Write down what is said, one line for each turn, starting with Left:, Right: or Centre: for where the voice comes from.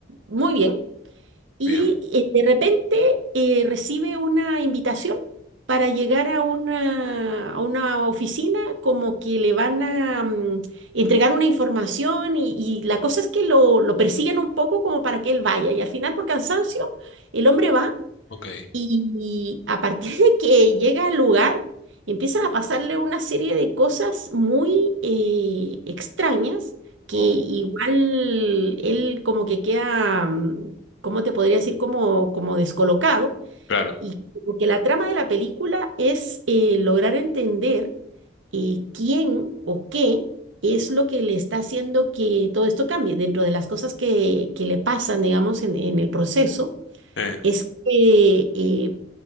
Right: muy bien, y
Left: bien.
Right: eh, de repente eh, recibe una invitación para llegar a una, a una oficina como que le van a mm, entregar una información y, y la cosa es que lo, lo persiguen un poco como para que él vaya y al final por cansancio el hombre va
Left: Ok,
Right: y a partir de que llega al lugar, empiezan a pasarle una serie de cosas muy eh, extrañas que
Left: wow.
Right: igual él como que queda, mm, ¿cómo te podría decir? Como, como descolocado.
Left: Claro.
Right: Y como que la trama de la película es eh, lograr entender eh, quién o qué es lo que le está haciendo que todo esto cambie dentro de las cosas que, que le pasan, digamos, en en el proceso
Left: Eh,
Right: es que eh,